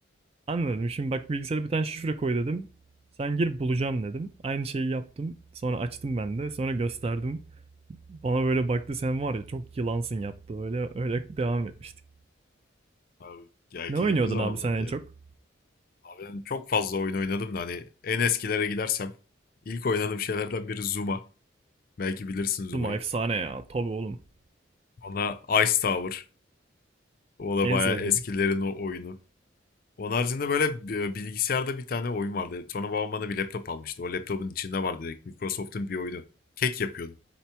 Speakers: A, on the right (about 30°); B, on the left (about 45°).
A: Anladım. Şimdi bak bilgisayara bir tane şifre koy dedim. Sen gir bulacağım dedim. Aynı şeyi yaptım. Sonra açtım ben de. Sonra gösterdim. Bana böyle baktı sen var ya çok yılansın yaptı. Öyle öyle devam etmiştik.
B: Abi, ya
A: Ne
B: keyifli
A: oynuyordun
B: zamanlardı
A: abi sen en çok?
B: ya. Ben çok fazla oyun oynadım da hani en eskilere gidersem ilk oynadığım şeylerden biri Zuma. Belki bilirsin Zuma'yı.
A: Zuma efsane ya. Tabii oğlum.
B: Ona Ice Tower. O da
A: En
B: bayağı
A: sevdiğim.
B: eskilerin o oyunu. Onun haricinde böyle bi- bilgisayarda bir tane oyun vardı. Sonra babam bana bir laptop almıştı. O laptopun içinde vardı direkt. Microsoft'un bir oyunu. Kek yapıyordum.